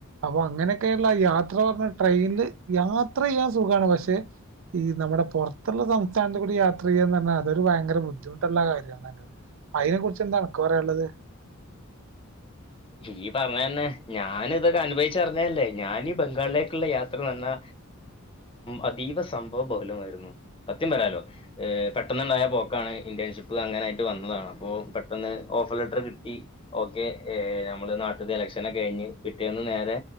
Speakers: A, on the right; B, on the left.
A: അപ്പൊ അങ്ങനെയൊക്കെയുള്ള ആ യാത്ര പറഞ്ഞ ട്രെയിനില് യാത്ര ചെയ്യാൻ സുഖമാണ് പക്ഷെ ഈ നമ്മുടെ പുറത്തുള്ള സംസ്ഥാനത്ത് കൂടി യാത്ര ചെയ്യുകന്ന് പറഞ്ഞാൽ അതൊരു ഭയങ്കര ബുദ്ധിമുട്ടുള്ള കാര്യമാണ് തന്നെ അതിനെ കുറിച്ച് എന്താണ് അനക്ക് പറയാൻ ഉള്ളത്
B: <inaudible> ഈ പറഞ്ഞന്നെ. ഞാൻ ഇതൊക്കെ അനുഭവച്ചറിഞ്ഞതല്ലേ. ഞാനീ ബംഗാളിലേക്കുള്ള യാത്ര വന്നാ അതീവ സംഭവബഹുലമായിരുന്നു. സത്യം പറയാലോ. ഏ പെട്ടെന്നുണ്ടായാ പോക്കാണ്. ഇന്റേൺഷിപ്പ് അങ്ങനായിട്ട് വന്നതാണ്. അപ്പോൾ പെട്ടെന്ന് ഓഫർ ലെറ്റർ കി ഇ ഓക്കെ ഏ നമ്മള് നാട്ടീന്ന് എലക്ഷനൊക്കെ കയിഞ്ഞ് പിറ്റേന്ന് നേരെ